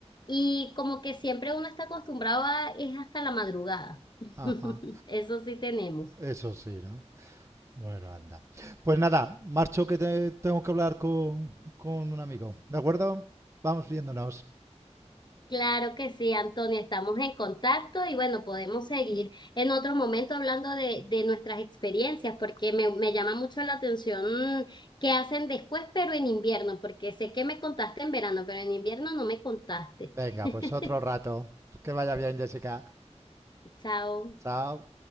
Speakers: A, on the left; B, on the right.
A: y como que siempre uno está acostumbrado a, es hasta la madrugada. <laughs>
B: Ajá.
A: Eso sí tenemos.
B: Eso sí, ¿no? Bueno, anda. Pues nada, marcho que te- tengo que hablar con, con un amigo, ¿de acuerdo? Vamos viéndonos.
A: Claro que sí, Antonio, estamos en contacto y bueno, podemos seguir en otro momento hablando de, de nuestras experiencias, porque me, me llama mucho la atención mm, qué hacen después, pero en invierno, porque sé que me contaste en verano, pero en invierno no me contaste.
B: Venga,
A: <laughs>
B: pues otro rato. Que vaya bien, Jessica.
A: Chao.
B: Chao.